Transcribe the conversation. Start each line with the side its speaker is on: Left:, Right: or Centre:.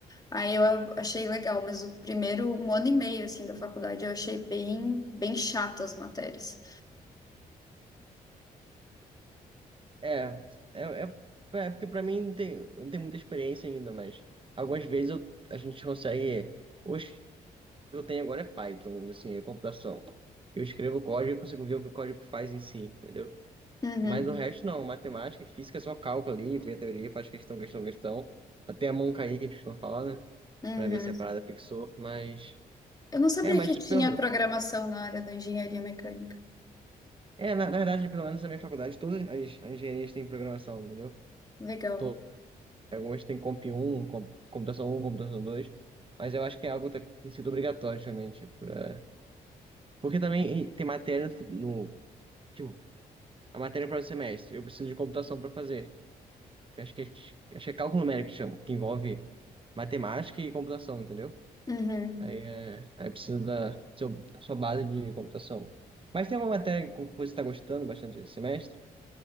Left: Aí eu achei legal, mas o primeiro um ano e meio, assim, da faculdade eu achei bem, bem chato as matérias.
Right: É, é, é, é porque para mim não tem, não tem muita experiência ainda, mas algumas vezes eu, a gente consegue. ou eu tenho agora é Python, assim, é computação. Eu escrevo código e consigo ver o que o código faz em si, entendeu?
Left: Uhum,
Right: Mas o resto não, matemática e física é só cálculo ali, vê a teoria, faz questão, questão, questão. Até a mão cair, que a gente for falar, né?
Left: uhum.
Right: Pra ver se a parada fixou, mas...
Left: Eu não sabia
Right: É, mas
Left: que tinha
Right: pelo...
Left: programação na área da engenharia mecânica.
Right: É, na, na verdade, pelo menos na minha faculdade, todas as, as engenharias têm programação, entendeu?
Left: Legal.
Right: Todas. Algumas têm Comp um, com- Computação um, Computação 2. mas eu acho que é algo que tá- tem sido obrigatório, realmente. pra- Porque também eh, tem matéria no... no- tipo, a matéria para o semestre. Eu preciso de computação para fazer. Que acho que é, acho que é cálculo numérico que chama, que envolve matemática e computação, entendeu?
Left: Uhum.
Right: Aí, é, aí precisa da seu- sua base de computação. Mas tem uma matéria com que você está gostando bastante esse semestre?